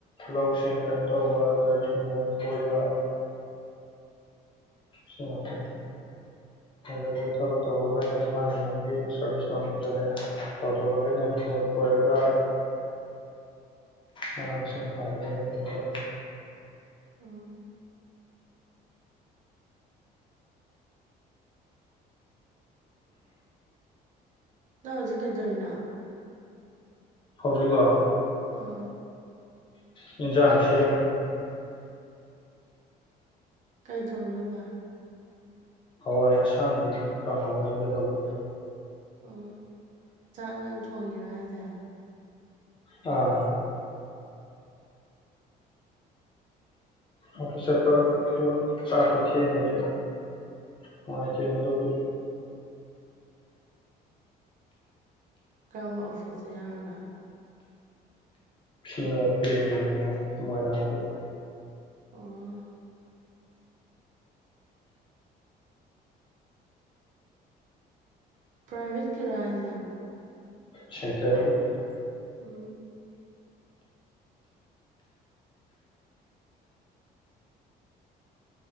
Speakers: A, on the left (about 30°); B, on the right (about 50°).
A: ꯂꯧꯁꯤꯡ ꯀꯩꯅꯣ ꯇꯧꯕ ꯑꯗꯒꯤ ꯍꯤꯡꯒꯣꯟ ꯀꯣꯏꯕ ꯁꯤ ꯉꯥꯛꯇꯟ
B: <inaudible>
A: ꯑꯗꯒꯤ ꯊꯕꯛ ꯇꯧꯕꯒꯩꯅꯗꯨꯝ ꯃꯥꯒꯤ ꯃꯥꯒꯤ ꯁꯥꯔꯚꯤꯁ ꯇꯧꯖꯔꯦ ꯇꯧꯊꯕꯒꯩꯅ ꯍꯤꯡꯒꯣꯟ ꯀꯣꯏꯔꯒ ꯃꯅꯥ ꯃꯁꯤꯡ ꯊꯥꯗꯅ ꯑꯗꯨꯝ ꯀꯩꯅꯣ ꯇ
B: ꯎꯝ ꯅ ꯍꯧꯖꯤꯛ ꯀꯩꯗꯣꯏꯅꯣ
A: ꯍꯧꯖꯤꯛꯂꯣ
B: ꯎꯝ
A: ꯏꯟꯖꯥꯡ ꯁꯦꯝꯃꯤ
B: ꯀꯔꯤ ꯊꯣꯡꯗꯣꯏꯕ
A: ꯍꯋꯥꯏ ꯑꯁꯥꯡꯕꯤ ꯀꯥꯡꯍꯥꯎ ꯉꯥꯏꯒꯗꯧꯕ
B: ꯎꯝ ꯆꯥꯛ ꯅꯪ ꯊꯣꯡꯉꯤꯔ ꯍꯥꯏꯁꯦ
A: ꯑꯥ ꯑꯗꯨꯐ ꯆꯠꯄꯗꯨ ꯆꯥꯇꯣ ꯊꯦꯡꯉꯗꯤ ꯅꯨꯡꯉꯥꯏꯇꯦꯅ ꯑꯗꯨꯒꯤ
B: ꯀꯔꯝꯕ ꯑꯣꯐꯤꯁꯇ ꯌꯥꯔꯕ
A: ꯐꯤꯅꯣꯛꯄꯦ ꯑꯅ ꯃꯣꯏꯔꯥꯡꯗ
B: ꯑꯣ ꯄ꯭ꯔꯥꯏꯚꯦꯠꯀꯤ ꯔꯥꯏ ꯍꯥꯏꯁꯦ
A: <unintelligible>
B: ꯎꯝ